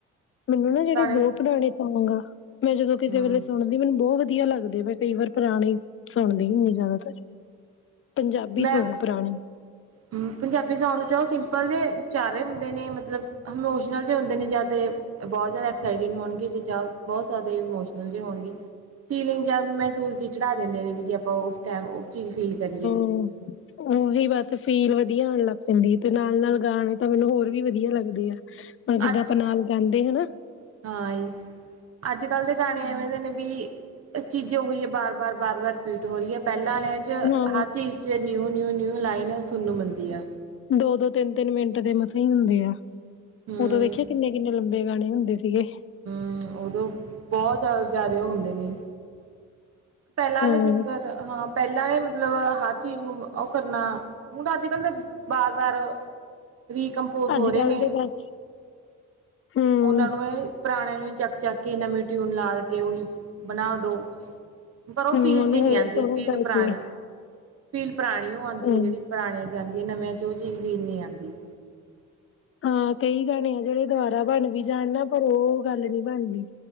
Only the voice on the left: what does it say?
ਮੈਨੂੰ
ਨਾ ਜਿਹੜੇ ਬਹੁਤ ਪੁਰਾਣੇ ਸੁਣੋਗਾ ਮੈਂ ਜਦੋਂ ਕਿ
ਵੇਲੇ ਸੁਣ ਮੈਨੂੰ ਬਹੁਤ ਵਧੀਆ ਲੱਗਦੇ ਮੈਂ ਕਈ ਵਾਰ ਪੁਰਾਣੇ ਸੁਣਦੀ ਹੁੰਦੀ ਜ਼ਿਆਦਾਤਰ ਪੰਜਾਬੀ
ਸੌਂਗ ਪੁਰਾਣੇ
<inaudible> ਉਹੀ ਬੱਸ ਫੀਲ ਵਧੀਆ ਆਣ ਲੱਗ ਪੈਂਦੀ ਤੇ ਨਾਲ-ਨਾਲ ਗਾਣੇ ਤਾਂ ਮੈਨੂੰ ਹੋਰ ਵੀ ਵਧੀਆ ਲੱਗਦੇ ਆ। ਹ ਜਿੱਦਾਂ
ਆਪਾਂ ਨਾਲ ਗਾਂਦੇ ਅ ਨਾ।
ਹਾਂ
ਦੋ-ਦੋ ਤਿੰਨ-ਤਿੰਨ ਮਿੰਟ ਦੇ ਮੱਸਾ ਹੁੰਦੇ ਆ।
ਉਦੋਂ ਵੇਖਿਆ ਕਿੰਨੇ-ਕਿੰਨੇ ਲੰਬੇ ਗਾਣੇ ਹੁੰਦੇ ਸੀਗੇ।
ਹੂੰ
ਅੱਜ
ਕੱਲ
ਦੇ ਬਸ ਹੂੰ
ਹੂੰ
ਉਹਨੂੰ
ਹੋਰ
ਸੋਹਣਾ
ਕਰਕੇ
ਹੂੰ
ਹਾਂ ਕਈ ਗਾਣੇ ਆ ਜਿਹੜੇ ਦੁਬਾਰਾ ਬਣ ਵੀ ਜਾਣ ਨਾ ਪਰ ਉਹ ਗੱਲ ਨਹੀਂ ਬਣ ਰਹੀ।